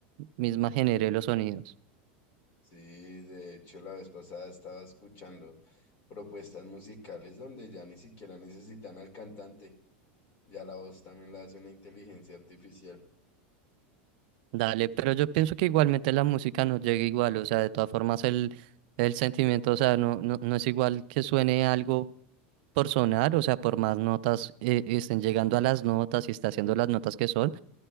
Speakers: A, on the right (about 55°); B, on the left (about 40°).
A: misma genere los sonidos.
B: Sí, de hecho la vez pasada estaba escuchando propuestas musicales donde ya ni siquiera necesitan al cantante, ya la voz también la hace una inteligencia artificial.
A: Dale, pero yo pienso que igualmente la música no llega igual, o sea, de todas formas el, el sentimiento, o sea, no, no, no es igual que suene algo por sonar, o sea, por más notas eh, estén llegando a las notas y está haciendo las notas que son,